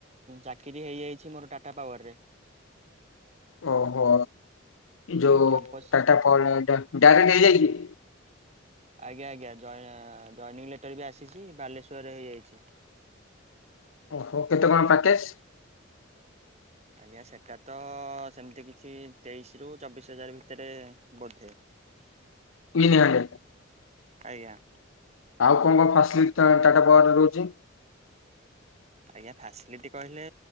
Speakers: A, on the right (about 35°); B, on the left (about 85°).
A: ଚାକିରି ହେଇଯାଇଛି ମୋର ଟାଟା ପାୱାର ରେ।
B: ଓହୋ ଯୋଉ
A: କ୍ୟାମ୍ପସ
B: ଟାଟା ପାୱର୍ ଡାଇରେକ୍ଟ ହେଇଯାଇଚି।
A: ଆଜ୍ଞା ଆଜ୍ଞା ଜଏନିଂ ଲେଟର ବି ଆସିଛି ବାଲେଶ୍ୱରରେ ହେଇଯାଇଛି।
B: ଓ ହୋ କେତେ କଣ ପ୍ୟାକେଜ?
A: ଆଜ୍ଞା ସେଟା ତ ସେମିତି କିଛି ତେଇଶି ରୁ ଚବିଶ ହଜାର ଭିତରେ ବୋଧେ।
B: <unintelligible>
A: ଆଜ୍ଞା।
B: ଆଉ କଣ କଣ ଫାସିଲିଟି ଟାଟା ପାୱାରରେ ରହୁଛି?
A: ଆଜ୍ଞା ଫାସିଲିଟି କହିଲେ